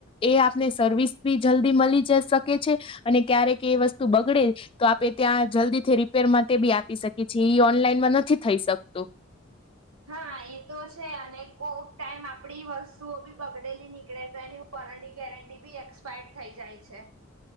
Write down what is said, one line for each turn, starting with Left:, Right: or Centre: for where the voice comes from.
Left: એ આપને સર્વિસ બી જલ્દી મળી જ શકે. છે અને ક્યારેક એ વસ્તુ બગડે. તો આપણે ત્યાં જલ્દીથી રિપેર માટે બી આપી શકીએીએ એ ઓનલાઈનમાં નથી થઈ શકતું.
Right: હા એ તો છે અને કોક ટાઈમ આપડી વસ્તુઓ બી બગડેલી નીકળે છે એની. વોરંટી ગેરંટી બી એક્સપાયર્ડ થઈ જાય છે.